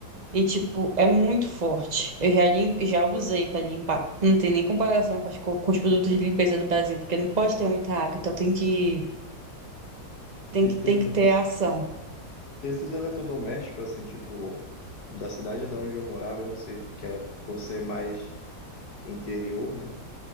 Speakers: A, on the right; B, on the left.
A: E, tipo, é muito forte. Eu já, lim... já usei para limpar. Não tem nem comparação com, as co- com os produtos de limpeza do Brasil, porque não pode ter muita água, então tem que, tem
B: entendi.
A: que... Tem que ter ação.
B: Esses eletrodomésticos, assim, tipo, da cidade de onde eu morava, eu não sei, que era por ser mais interior, né?